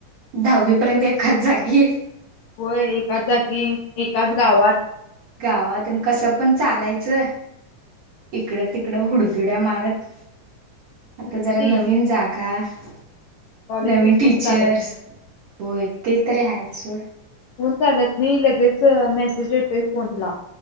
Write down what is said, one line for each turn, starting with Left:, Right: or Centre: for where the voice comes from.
Right: दहावी पर्यंत एखाच जागे गी
Left: होय एकाचा की एकाच गावात
Right: गावातून कसं पण चालायचं इकडं तिकडं हुडच दुड्या मारत आता
Left: खरंच
Right: जरा
Left: की
Right: नवीन जागा <inaudible>
Left: कॉलेज
Right: नवीन
Left: चुकवून
Right: टीचर्स
Left: चालत नाही
Right: होय ते तरी आहे सोड
Left: हचालत नाही लगे च मेसेज येतायत. फोन लाव.